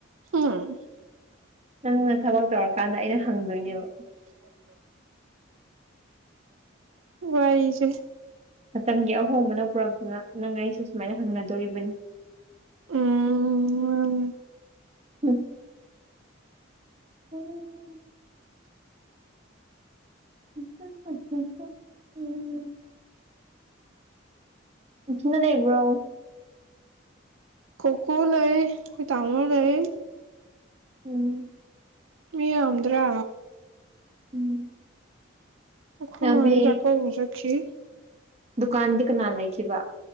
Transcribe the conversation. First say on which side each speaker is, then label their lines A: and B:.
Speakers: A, on the right (about 75°); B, on the right (about 30°).
A: ꯎꯝ
B: ꯅꯪꯅ ꯊꯕꯛ ꯇꯧꯔꯀꯥꯟꯗ ꯑꯩꯅ ꯍꯪꯗꯣꯏꯅꯦꯕ
A: ꯋꯥꯏꯁꯦ
B: ꯃꯇꯝꯒꯤ ꯑꯍꯣꯡꯕꯅ ꯄꯨꯔꯛꯇꯨꯅ ꯅꯪ ꯑꯩꯁꯨ ꯁꯨꯃꯥꯏꯅ ꯍꯪꯅꯗꯧꯔꯤꯕꯅꯤ
A: ꯎꯝ
B: ꯎꯝ ꯎꯝ <unintelligible> ꯅꯊꯟꯗ ꯂꯩꯕ꯭ꯔꯣ꯫
A: ꯀꯣꯀꯣ ꯂꯩ ꯑꯈꯣꯢ ꯇꯥꯃꯣ ꯂꯩ꯫
B: ꯎꯝ꯫
A: ꯃꯤ ꯌꯥꯝꯗ꯭ꯔꯥ꯫
B: ꯎꯝ꯫
A: ꯑꯈꯣꯢ
B: ꯌꯥꯝꯃꯦ
A: ꯃꯥꯗꯤ ꯆꯥꯀꯧꯕ ꯆꯠꯈꯤ꯫
B: ꯗꯨꯀꯥꯟꯗꯤ ꯀꯅꯥ ꯂꯩꯈꯤꯕ꯫